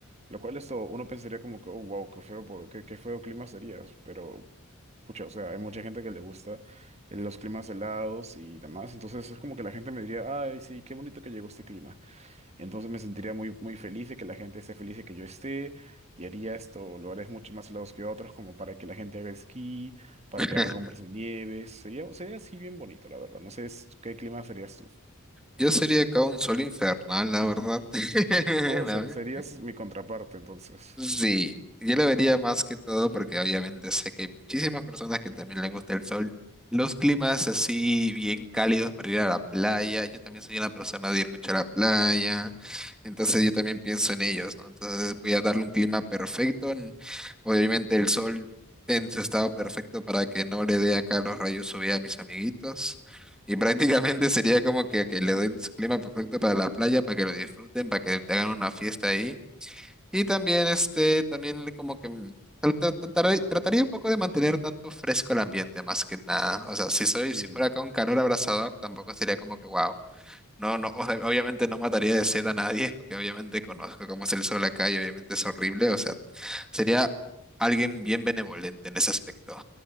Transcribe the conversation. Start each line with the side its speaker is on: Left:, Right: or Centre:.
Right: Lo cual esto, uno pensaría como que, oh, wow, qué feo, po- qué, qué feo clima serías, pero, pucha, o sea, hay mucha gente que le gusta eh, los climas helados y demás, entonces es como que la gente me diría, ay, sí, qué bonito que llegó este clima. Entonces me sentiría muy, muy feliz de que la gente esté feliz de que yo esté, y haría esto, lugares mucho más helados que otros, como para que la gente haga esquí, para
Centre: <laughs>
Right: que haga hombres de nieves, sería, sería así bien bonito, la verdad, no sé es- qué clima serías tú.
Centre: Yo sería acá un sol infernal, la verdad. <laughs>
Right: Oh, ser- serías mi contraparte, entonces.
Centre: Sí, yo lo vería más que todo porque obviamente sé que hay muchísimas personas que también les gusta el sol. Los climas así bien cálidos para ir a la playa. Yo también soy una persona de ir mucho a la playa. Entonces yo también pienso en ellos, ¿no? Entonces voy a darle un clima perfecto. en- Obviamente el sol en su estado perfecto para que no le dé acá los rayos UV a mis amiguitos. Y prácticamente sería como que, que le doy el clima perfecto para la playa, para que lo disfruten, para que te hagan una fiesta ahí. Y también, este, también como que mm, tra- tra- trataré- trataría un poco de mantener tanto fresco el ambiente, más que nada. O sea, si soy,
Right: Ujú.
Centre: si fuera con calor abrasador, tampoco sería como que wow. No, no, o sea, obviamente no mataría de sed a nadie, porque obviamente conozco cómo es el sol acá y obviamente es horrible. O sea, sería alguien bien benevolente en ese aspecto.